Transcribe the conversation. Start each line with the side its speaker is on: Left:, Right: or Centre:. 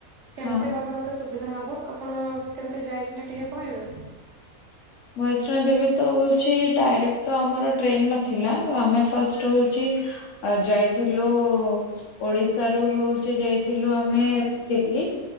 Right: କେମତି
Left: ହଁ
Right: ଗଲେ ମ ତେ ସୁବିଧା ହବ, ଆପଣ କେମିତି ଯାଇଥିଲେ ଟିକେ କହିବେ?
Left: ବୈଷ୍ଣଦେବୀ ତ ହଉଛି ଡାଇରେକ୍ଟ ତ ଆମର ଟ୍ରେନ୍ ନ ଥିଲା ଆମେ ଫାଷ୍ଟ
Right: ହଁ
Left: ହଉଛି ଆ ଯାଇଥିଲୁ ଓଡିଶାରୁ ହଉଛି ଯାଇଥିଲୁ ଆମେ ଦିଲ୍ଲୀ।